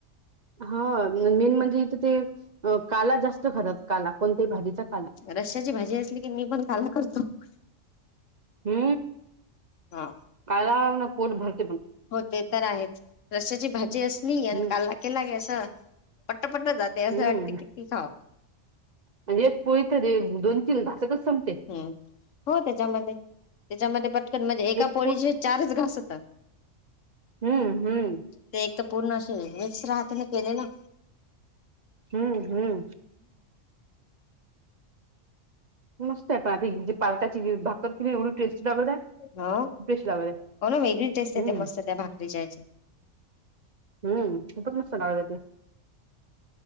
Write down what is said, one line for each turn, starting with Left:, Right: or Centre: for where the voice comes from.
Right: हा मेन म्हणजे इथे ते. अ काला जास्त खातात काला कोणत्याही भाजीचा काला.
Left: रश्याची भाजी असली की मी पण <unintelligible>
Right: हु
Left: हा
Right: कालान पोट भरत.
Left: हो ते तर आहेच रसाची भाजी असली आणि
Right: हम्म
Left: कालला केला गे असं. पट्टपट्ट जाते असं
Right: हम्म,
Left: वाटते किती खाव
Right: म्हजेत पळीत रे दोन. तीन घासत संपते.
Left: हम्म हो त्याच्यामध्ये त्याच्यामध्ये पटकन म्हणजे एका
Right: एक
Left: पोळीचे चारच घास होतात.
Right: हु हुं.
Left: ते एक पूर्ण अस मिक्स राहते ना केले ना.
Right: हं हं. मस्त आहे पण आता जे पालताची भाकरर किरी एवढी टेस्ट. लागत आहे
Left: ह
Right: टेस्ट लागत आहे
Left: वेगळीच टेस्ट येते
Right: हम्म
Left: त्या भाकरी चयचि.
Right: हम्म तपण मस्त लागलं ते.